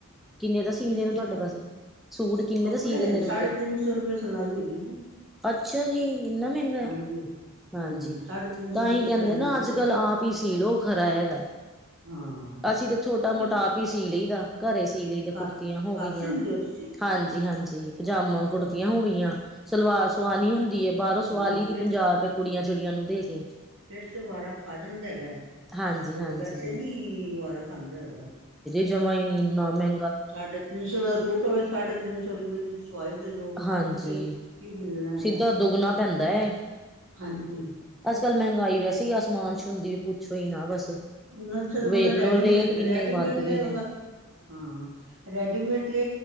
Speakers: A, in the centre; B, on the right.
A: ਕਿੰਨੇ ਦਾ ਸੀਂਦੇ
B: ਕਿਸ
A: ਨੇ
B: ਚੀਜ਼
A: ਤੁਹਾਡੇ
B: ਦਾ
A: ਪਾਸੇ। ਸੂਟ ਕਿੰਨੇ
B: ਕੱਪੜੇ
A: ਦਾ ਸੀ ਦਿੰਦੇ ਨੇ ਉੱਧਰ
B: ਸਾਢੇ ਤਿੰਨ ਸੌ ਰੁਪਏ ਸਿਲਾਈ ਹੈਗੀ ਜੀ।
A: ਅੱਛਾ ਜੀ ਇੰਨਾ ਮਹਿੰਗਾ
B: ਹਾਂਜੀ
A: ਹੈ। ਹਾਂਜੀ
B: ਹੂੰ ਸਾਢੇ ਤਿੰਨ ਸੌ
A: ਤਾਂਹੀ
B: ਰੁਪਏ ਸਿਲਾਈ
A: ਕਹਿੰਦੇ ਨਾ
B: ਹੈਗੀ
A: ਅੱਜ
B: ਜੇ
A: ਕੱਲ ਆਪ ਹੀ ਸੀ ਲੋਓ ਖਰਾ ਹੈਗਾ।
B: ਹਾਂ
A: ਅਸੀਂ ਤਾਂ ਛੋਟਾ
B: ਤੁਸੀਂ
A: ਮੋਟਾ
B: ਕ
A: ਆਪ ਹੀ ਸੀ ਲਈਦਾ ਘਰੇ ਸੀ। ਲੀ ਦਾ
B: ਕਰ
A: ਕੁੜਤੀਆਂ ਹੋ
B: ਕਰ
A: ਗਈਆਂ
B: ਸੀਂਦੇ ਹੋ ਤੁਸੀਂ
A: ਹਾਂਜੀ ਹਾਂਜੀ ਪਜਾਮਾ ਕੁੜਤੀਆਂ ਹੋ ਗਈਆਂ। ਸਲਵਾਰ ਸੂਆਣੀ ਹੁੰਦੀ ਹੈ ਬਾਹਰੋਂ ਸੂਆਲੀ
B: ਹਾਂ
A: ਦੀ
B: ਫਿਰ
A: ਪੰਜਾਹ ਰੁਪਏ ਕੁੜੀਆਂ ਚਿੜੀਆਂ ਨੂੰ ਦੇ ਕੇ।
B: ਫਿਰ ਤੇ ਵਾਰਾ ਖਾ ਜਾਂਦਾ ਹੈਗਾ।
A: ਹਾਂਜੀ ਹਾਂਜੀ
B: ਓਰ ਵੈਸੇ ਨੀ ਵਾਰਾ ਖਾਂਦਾ ਹੈਗਾ।
A: ਜਮਾਈ ਨੀ ਇੰਨਾ ਮੈਂ
B: ਸਾਢੇ ਤਿੰਨ ਸੌ ਦਾ ਸੂਟ ਹੋਵੇ ਸਾਢੇ ਤਿੰਨ ਸੌ ਰੁਪਏ ਦੀ ਸਵਾਈ ਤੇ ਦੋ
A: ਹਾਂਜੀ
B: ਤੇ ਫਿਰ। ਕੀ ਮਿਲਣਾ ਹੈਗਾ
A: ਸਿੱਧਾ ਦੁੱਗਣਾ ਪੈਂਦਾ ਹੈ।
B: ਹਾਂਜੀ,
A: ਕੱਲ ਮਹਿੰਗਾਈ ਵੈਸੇ ਆ ਸਮਾਨ ਸੁਣਦੀ ਵੀ ਪੁੱਛੋ ਈ ਨਾ ਬਸ,
B: ਨ
A: ਵੇਖਲੋ
B: ਰੈਡੀਮੇਡ
A: ਰੇਟ ਕਿੰਨੇ
B: ਰੇਡੀਮੇਡ
A: ਵੱਧ
B: ਲੇ
A: ਗਏ
B: ਆਉ
A: ਨੇ
B: ਉਹਦਾ, ਹਾਂ ਰੈਡੀਮੇਡ ਲ